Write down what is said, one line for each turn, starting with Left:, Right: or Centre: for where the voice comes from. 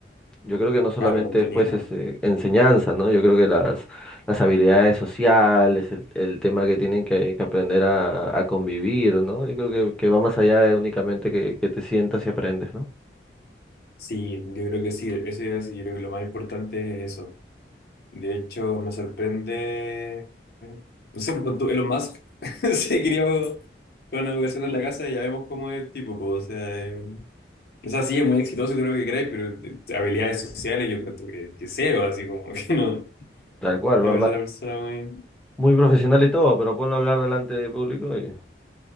Centre: yo creo que no solamente
Left: Claro, contenido.
Centre: es pues este, enseñanza, ¿no? Yo creo que las, las habilidades sociales, el, el tema que tienen que, que aprender a, a convivir, ¿no? Yo creo que, que va más allá de únicamente que, que te sientas y aprendes, ¿no?
Left: Sí, yo creo que sí, eso es, yo creo que lo más importante es eso. De hecho, me sorprende. No sé, por tu- Elon Musk <laughs> se crió con la educación en la casa y ya vemos cómo es el tipo. po, O sea, eh, o sea, sí, es muy exitoso y todo lo que queráis, pero de- de habilidades sociales yo encuentro que, que cero, así como <laughs> que no.
Centre: Tal cual,
Left: Me
Centre: va,
Left: parece
Centre: va
Left: una persona muy.
Centre: muy profesional y todo, pero ponlo a hablar delante de público y...